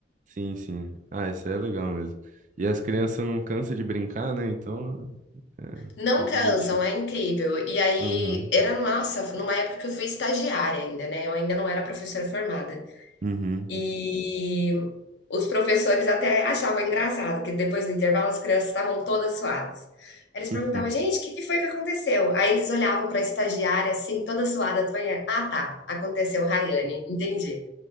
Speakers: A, on the right; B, on the left.
A: Sim, sim. Ah, isso é legal mesmo. E as crianças não cansam de brincar, né? Então
B: Não
A: é, é divertido.
B: cansam, é incrível. E aí,
A: Uhum.
B: era nossa, numa época que eu fui estagiária ainda, né, eu ainda não era professora formada.
A: Uhum.
B: E os professores até achavam engraçado, que depois do intervalo as crianças estavam todas suadas. Aí eles
A: <laughs>
B: perguntavam: "Gente, o que que foi que aconteceu?" Aí eles olhavam para a estagiária, assim, toda suada, toda- "Ah, tá, aconteceu Raiane, entendi".